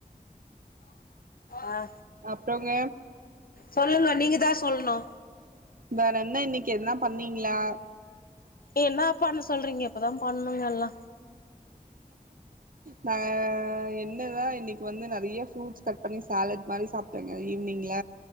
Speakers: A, on the left; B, on the right.
A: ஆ
B: அப்றோங்க
A: சொல்லுங்க நீங்க தா சொல்ணு
B: வேற என்ன இன்னிக்கு எதுன்னா பண்ணீங்களா
A: என்னா பண்ண சொல்றீங்க இப்பதா பண்ணணுங்க எல்லா
B: நா என்னதா இன்னிக்கு வந்து நெறைய ஃப்ரூட்ஸ் கட் பண்ணி சாலட் மாரி சாப்பிட்டேங்க ஈவ்னிங்ல